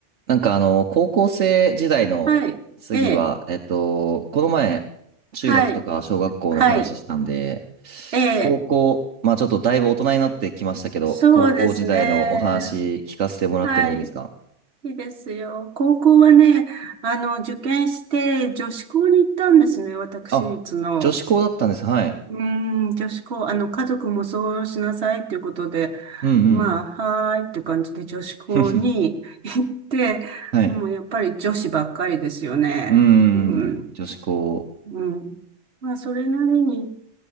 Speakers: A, on the right; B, on the right.
A: なんかあの、高校生時代の次は、
B: はい。ええ。
A: えっと、この前、中学とか小学校の話したんで、
B: はい。はい。ええ。
A: 高校、まあちょっとだいぶ大人になってきましたけど、
B: そうですね。
A: 高校時代のお話聞かせてもらってもいいですか
B: はい。いいですよ。高校はね、あの、受験して女子校に行ったんですね。私立の。
A: あ、女子校だったんです。はい。
B: うーん、女子校、あの、家族もそうしなさいということで、
A: うんうんうん。
B: まあ、はーいって感じで女子校に行って、
A: <laughs> はい。
B: もうやっぱり女子ばっかりですよね。
A: うん、
B: うん。
A: 女子校。
B: うん。まあ、それなりに